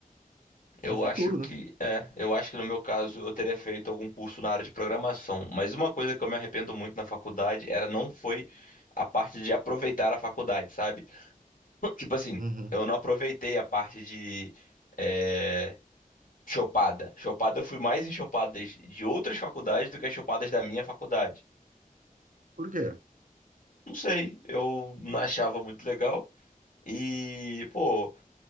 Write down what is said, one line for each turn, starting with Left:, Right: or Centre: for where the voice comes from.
Left: Eu
Right: É o futuro,
Left: acho
Right: né?
Left: que é, eu acho que no meu caso eu teria feito algum curso na área de programação, mas uma coisa que eu me arrependo muito na faculdade era não foi a parte de aproveitar a faculdade, sabe? <laughs> Tipo assim,
Right: Uhum.
Left: eu não aproveitei a parte de é, Chopada. Chopada, eu fui mais em chopadas de outras faculdades do que as chopadas da minha faculdade.
Right: Por quê?
Left: Não sei, eu não achava muito legal. E, pô,